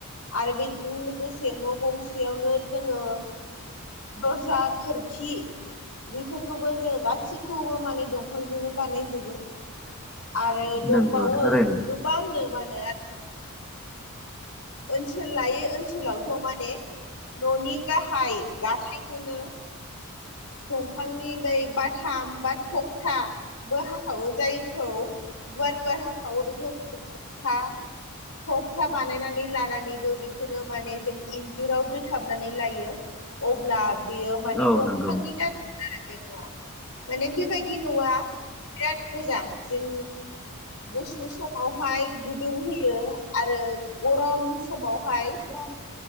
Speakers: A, on the left; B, in the centre.
A: आरो बेजों लोगोसे न' गंसेयावनो जोङो दरजा खोर खि बेफोरखौबो जोङो गासिखौबो माने दंफांजोंनो बानायजोबो। आरो दंबावो
B: नंगौ थारैनो
A: गोबांनो मा होनो आ ओनसोल लायै ओनसोलावथ' माने न'नि गाहाय दाथायखौनो दंफांनि बै बाथाम बा थखथा बो हाखाववो जायखौ गुवार गुवार हाखावो बेखौ बुङो थक था थकथा बानायना लानानैबो बेखौनो माने जों इन्जुराव दोथाबनानै लायो। अब्ला बेयो माने
B: औ
A: दंफांनि
B: नंगौ
A: द आरो बे न'आ माने बेबायदि न'आ बिराद मोजां जों गुसु समावहाय गुदुं होयो आरो गरम समावहाय
B: अ